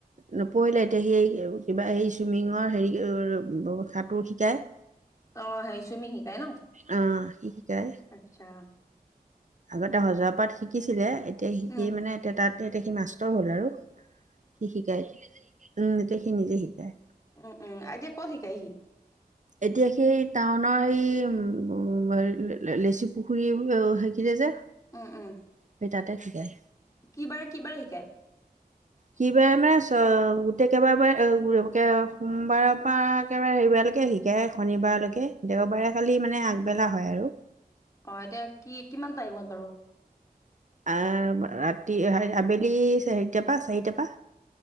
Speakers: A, on the right; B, on the left.
A: নপঢ়িলে এতিয়া সেই, কিবা এই চুইমিঙৰ হেৰি সাঁতোৰ শিকায়।
B: অ' হেৰি চুইমিং শিকাই ন?
A: অ, শিকাই।
B: আচ্ছা।
A: আগতে হজৱা পাত শিকিছিলে, এতিয়া শিকি
B: উম,
A: মানে এতিয়া তাততে এতিয়া সি মাষ্টৰ হ'ল আৰু। সি শিকায় উম, এতিয়া সি নিজে শিকায়।
B: উম, উম, এতিয়া ক'ত শিকাই সি?
A: এতিয়া সেই টাউনৰ সেই, লেচি পুখুৰী সেইখিনিতে যে।
B: উম, উম,
A: সূই তাতে শিকায়।
B: কি বাৰে, কি বাৰে শিকায়?
A: সি বাৰে মানে, চ গোটেই কেইবাৰাৰে <inaudible> সোমবাৰৰ পৰা। একেবাৰে সেইবাৰলৈকে শিকাই, শনিবাৰলৈকে দেওবাৰে খালি মানে আগবেলা হয় আৰু।
B: অ, এতিয়া কি, কিমান টাইমত বাৰু?
A: আহ, ৰাতি আবেলি চাৰিটাৰ পৰা, চাৰিটাৰ পৰা।